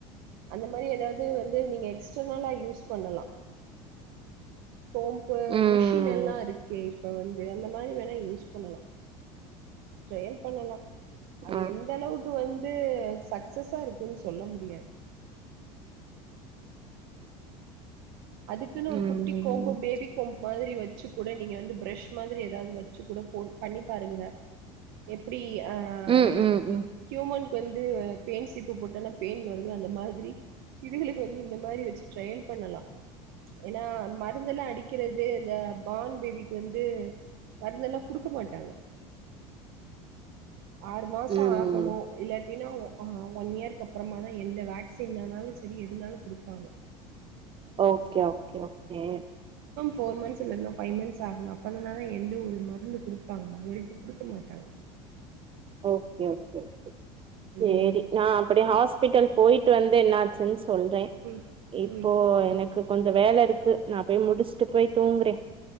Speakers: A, on the right; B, on the right.
A: அந்த மாதிரி ஏதாவது வந்து நீங்க எக்ஸ்டர்னலா யூஸ் பண்ணலா போம்ம்பு
B: ம்,
A: மிஷின் எல்லாம் இருக்குே இப்ப வந்து அந்த மாதிரி வேணா யூஸ் பண்ணலாம் ட்ரையல் பண்ணலா அது
B: ஆ,
A: எந்த அளவுக்கு க்கு வந்து சக்சஸா இருக்கும்ன்னு சொல்ல முடியாது அதுக்குன்னு
B: ம்,
A: ஒரு குட்டி கோம்பு பேபி கோம்பு மாதிரி வச்சு கூட நீங்க வந்து பிரஷ் மாதிரி ஏதாவது வச்சு கூட பண்ணி பாருங்க எப்டி அஹ
B: ம், ம், ம்.
A: ஹியூமன்க்கு வந்து பேன் சீப்பு போட்டோனா பேன் வருது அந்த மாதிரி இதுகளுக்கு வந்து இந்த மாதிரி வச்சு ட்ரையல் பண்ணலாம் ஏன்னா மருந்தெல்லாம் அடிக்க இருக்கிறது இந்த பான் பேபிக்கு வந்து மருந்தெல்லாம் குடுக்க மாட்டாங்க ஆறு மாசம்
B: ம்.
A: ஆகணும் இல்ல அடனா ஒன் இயர்கக்கு அப்புறமா தான் எந்த வேக்சின்னனாலும் சரி எதுனாலும் கொடுப்பாங்க
B: okay okay okay
A: four months இல்லன ஃபைவ் மந்த்ஸ் ஆகணும் அப்பதனால தான் எந்த ஒரு மருந்து குடுப்பாங்க அது வரைக்கு குடுக்க மாட்டாங்க
B: ஓகே ஓகே சரி
A: ம்
B: நான் அப்படி ஹாஸ்பிட்டல் போயிட்டு வந்து என்ன செல்ஸ் சொல்றேன்
A: ம்
B: இப்போ
A: ம்
B: எனக்கு கொஞ்ச வேலை இருக்கு நான் போய் முடிச்சு இட்டு போய் தூங்குறே